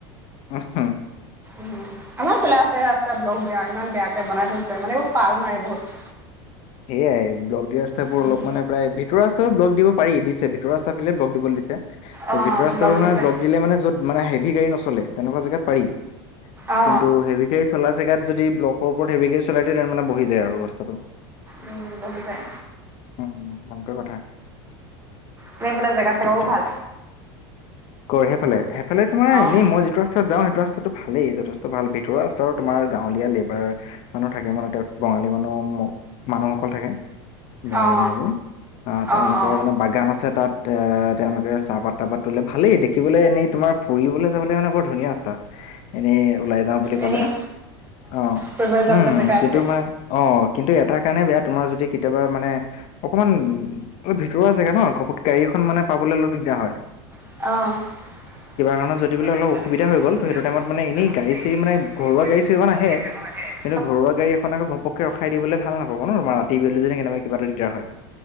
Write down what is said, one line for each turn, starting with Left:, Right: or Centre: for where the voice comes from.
Left: আচ্ছা।
Right: উম আমাৰ ফালে আছে ৰাস্তা ব্লক দিয়া ইমান বেয়াকে বনাই থৈছে মানে এইবোৰ পাল মাৰে বহুত
Left: সেয়াই ব্লক দিয় ৰাস্তাবোৰ
Right: উম
Left: অলপ মানে প্ৰায় ভিত ভিতৰ ৰাস্তা ব্লক দি পাৰি দিছে ভিতৰ ৰাস্তা ফালে ব্লক দিবলৈ দিছে ত
Right: অ
Left: ভিতৰ ৰাস্তা
Right: দিছে
Left: মানে ব্লক দিলে মান য'ত মানে হেভি গাড়ী নচলে তেনেকুৱা জেগাত পাৰি
Right: অ
Left: কিন্তু হেভি গাড়ী চল জেগাত যদি ব্লকৰ ওপৰত হেৱীকে চলাই দিয়ে তাৰ মানে বহি যায় আৰু ৰাস্তাটো
Right: উম বহি যায়।
Left: উম ভংকে কথা
Right: এনে এইফালে জেগা চেগাও
Left: ঠিক।
Right: ভাল
Left: কৰ সেইফালে সেইফালে তোমাৰ
Right: অ
Left: এনেই মই যিটো ৰাস্তা ৰাস্তাত যাওঁ সেইটো ৰাস্তাটো ভালেই যথেষ্ট ভাল ভিতৰুৱা ৰাস্তা তোমাৰ গাঁৱলীয়া লেবাৰ মানুহ থাকে মানে তাত বঙালী মানুহ মানুহসকল থাকে বঙালী
Right: অ
Left: মানুহবোৰ তেওঁলোকৰ
Right: অ অ
Left: মানে বাগান আছে তাত এ তেওঁলোকে চাহপাত তাহপাত তোলে ভালেই দেখিবলৈ এনেই তোমাৰ ফুৰিবলৈ যাবলে মানে বৰ ধুনীয়া ৰাস্তা এনেই ওলাই যাওঁ বুলি কলে
Right: এনেই
Left: অ',
Right: ফুৰিবলৈ যাবলৈ
Left: উম
Right: জেগা
Left: কিন্তু
Right: আছে
Left: মই অ', কিন্তু এটাৰ কাৰণে বেয়া তোমাৰ যদি কেতিয়াবা মানে অকণমান অলপ ভিতৰুৱা জেগা ন ঘপকে গাড়ী এখন মানে পাবলৈ অলপ দিগদাৰ হয়।
Right: অহ। তোমাৰ কিবা
Left: কাৰণত
Right: কাৰত
Left: যদি বোলে অলপ
Right: যদিলে
Left: অসুবিধা হৈ
Right: অলপ
Left: গ'ল ত' সেইটো
Right: অসুবিধা
Left: টাইমত মানে এনেই
Right: ন
Left: গাড়ী চাড়ী
Right: <unintelligible>
Left: মানে ঘৰুৱা
Right: এই
Left: গাড়ী চাড়ী
Right: খন
Left: ইমান আহে
Right: একে।
Left: কিন্তু ঘৰুৱা় গাড়ীএখন আক ঘপক ৰখাই দিবলৈ ভাল নাপাব নম ৰাতি বেলি নে কেনো কিবাটা দিগদাৰ হয়।